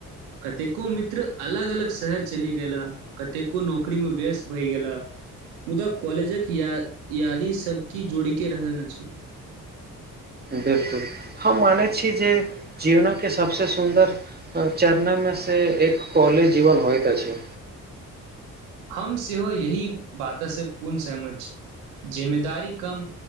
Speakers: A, on the right; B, on the right.
A: कतेको मित्र अलग अलग शहर चलि गेला। कतेको नौकरीमे व्यस्त भय गेला। मुदा कॉलेजके य यादी सब की जोड़े के रहलन अछि।
B: बिलकुल हम मानैत छी जे जीवनके सभसँ सुन्दर चरनामे से एक कॉलेज जीवन होयइत अछि।
A: हम सेहो यही बातेसँ पूर्ण सहमत छी। जिम्मेदारी कम